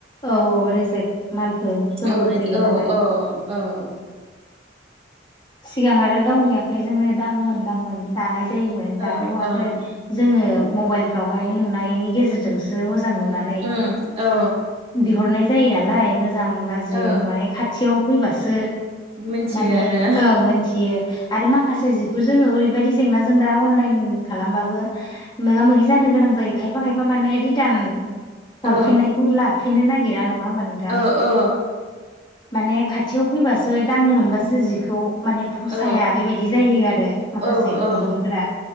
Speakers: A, on the left; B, on the right.
A: औ औ रेजेक मालफोर फोरबो
B: औ
A: फैयो
B: औ
A: नालाय
B: औ औ।
A: सिगां आरो गावनि आखाइजोंनो दांमोन दांमोन दानाय जायोमोन दाथ'
B: औ
A: आरो।
B: ओं
A: जोङो मबाइलफ्रावहाय नुनायनि गेजेरजोंसो मोजां नुनानै
B: उम औ
A: बिहरनाय जायो नालाय मोजां गाज्रि
B: औ
A: माने खाथियाव फैबासो
B: मिथियो
A: माने
B: आरो।
A: ओं मोनथियो आरो माखासे बेखौ जोङो ओरैबायदि जेंना जों दा अनलाइन खालामबाबो मोगा मोगि जानो गोनां जायो खायफा खायफा माने रिटार्न हरफिननायखौ
B: ओ
A: लाफिननो नागिरा नङा होमबा नोंथां।
B: औ औ
A: माने खाथियाव फैबासो दांनो मोनबासो जिखौ माने फसाया
B: औ
A: बेबादि बिदि जायो आरो माखासे
B: औ
A: खुन्दुंफोरा
B: औ